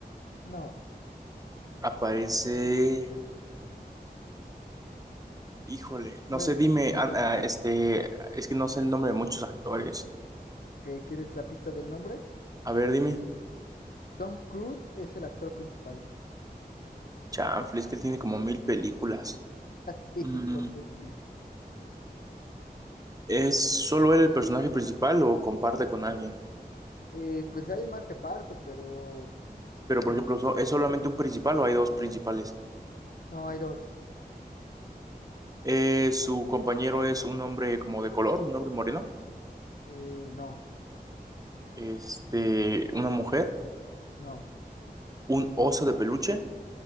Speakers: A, on the left; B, on the right.
A: no.
B: aparece, híjole,
A: Tú
B: no
A: puedes,
B: sé, dime,
A: tú
B: ah,
A: puedes.
B: ah, este, es que no sé el nombre de muchos actores.
A: Ok, ¿quieres la pista del nombre?
B: A ver, dime,
A: Tom Cruise es el actor principal.
B: chanfle, es que él tiene como mil películas.
A: <laughs> Así,
B: Mm,
A: creo que sí.
B: ¿es solo él el personaje principal o comparte con alguien?
A: Eh, pues hay más reparto, pero
B: Pero, por
A: él
B: ejemplo,
A: es el
B: so-
A: principal.
B: ¿es solamente un principal o hay dos principales?
A: No, hay dos.
B: Eh, su compañero es un hombre como de color, un hombre moreno,
A: Eh, no,
B: este, una mujer.
A: no.
B: un oso de peluche,